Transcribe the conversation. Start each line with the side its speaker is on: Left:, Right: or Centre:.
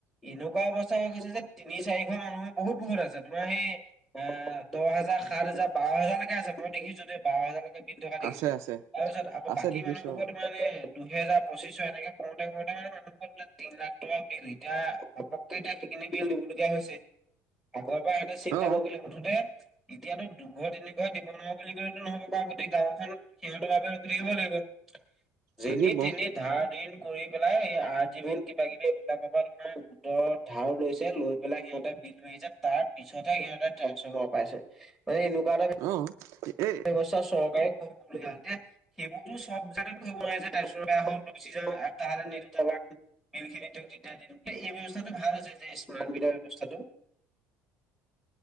Centre: এনেকুৱা অৱস্থা হৈ গৈছে যে তিনি। মানুহ বহুত বহু আছে। তোমাৰ সেই অ দহ হাজাৰ সাত হাজাৰ বাৰ হাজাৰলৈকে আছে মই দেখিছো যদি। বাৰ হাজাৰলৈকে বিধ থকা দেখিছো
Right: আছে আছে
Centre: তাৰপিছত আকৌ
Right: আছে
Centre: বাকী
Right: দেখিছো
Centre: মানুহবোৰক ত মানুহ এনে। দুহেজাৰ পঁচিছশ এনেকে কৰোতে কৰোতে মানে মানুহৰ তিন লাখ টকা বিল এতিয়া ঘপক। <unintelligible> দিবলগীয়া হৈছে আগৰ পৰা সহঁতে চিন্তা
Right: অ
Centre: নকৰে
Right: অ
Centre: মুঠতে এতিয়াতো দুঘৰ তিনি ঘৰ দিব নোৱাৰো বুলি কলেতো নহ'ব কাৰ গোটেই গাঁওখন সিহঁতৰ বাবে ৰখি থাকিব লাগিব। যেনি
Right: লাগিব
Centre: তেনি ধাৰ ঋন কৰি পেলাই এই আৰ্জিভিন কিবা কিবি এইবিলাকৰ পৰা তোমাৰ গোটৰত ধাৰ লৈছে লৈ পেলাই সিহঁতে বিল মাৰিছে তাৰ পিছতেহে সিহতে ট্ৰেন্ঞ্চফৰ্মাৰ পাইছে মানে এনেকুৱা এটা
Right: অ এই
Centre: ব্যৱস্থা চৰকাৰে কৰিব দে। সেইবোৰতো চব জেগাত কৰিব নোৱাৰে যে তাৰ ওচৰ বয়া হ'ল গুচি যাওঁ এপ্তাহলে নিদিৰ। মেই খিনি তেওঁ এই ব্যৱস্থাটো ভাল আছে যে স্মাৰ্ট বিধ ব্যৱস্থাটো।